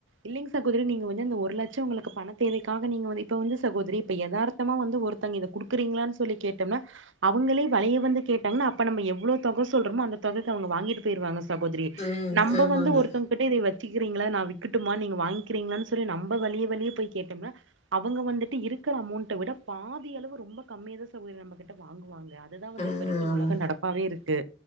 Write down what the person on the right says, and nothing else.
இல்லிங் சகோதிரி நீங்க வந்து அந்த ஒரு லட்சம் உங்களுக்கு பண தேவைக்காக நீங்க வ இப்ப வந்து சகோதிரி இப்ப எதார்த்தமா வந்து ஒருத்தங்க இத குடுக்குறீங்களா சொல்லி கேட்டோம்னா அவங்களே வலைய வந்து கேட்டாங்க அப்ப நம்ம எவ்ள தொகை சொல்றமோ அந்த தொகைக்கு அவங்க வாங்கிட்டு போயிருவாங்க சகோதிரி
நம்ப
வந்து
ஒருத்தவங்க கிட்ட இத வச் விக்கிரிங்லா நா விக்கட்டுமா நீங்க வாங்கிக்கிறீங்களனு சொல் நம்ப வழிய வழியே போய் கேட்டோம்னா அவங்க வந்துட்டு இருக்கிற அமௌண்ட விட பாதி அளவு ரொம்ப கம்மிய தா சகோதிரி நம்ம கிட்ட வாங்குவங்க அதுதா வந்து
இப்ப இருக்கிற
உலக நடப்பாவே இருக்கு